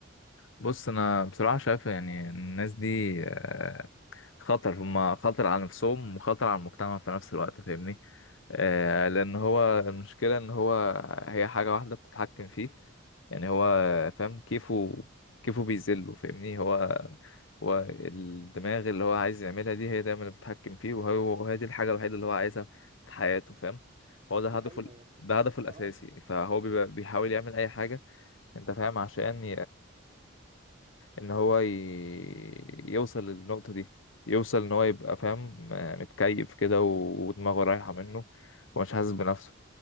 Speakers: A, on the left; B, on the right.
A: بص انا بصراحه شايف يعني الناس دي آه خطر هما خطر على نفسهم وخطر على المجتمع في نفس الوقت فاهمني آه لان هو المشكله ان هو هي حاجه واحده بتتحكم فيه يعني هو فاهم كيفه كيفه بيذله فاهمني هو هو الدماغ اللي هو عايز يعملها دي هي دايما اللي بتتحكم فيه وهو وهي دي الحاجه الوحيده اللي هو عايزها في حياته فاهم هو ده
B: دي
A: هدفه
B: حقيقة
A: ال-
B: يعني
A: ده هدفه الاساسي
B: اه
A: فهو بيبقى بيحاول يعمل اي حاجه انت فاهم عشان ان هو ي... يوصل للنقطة دي يوصل ان هو يبقى فاهم آه، متكيف كده و- ودماغه رايحة منه ومش حاسس بنفسه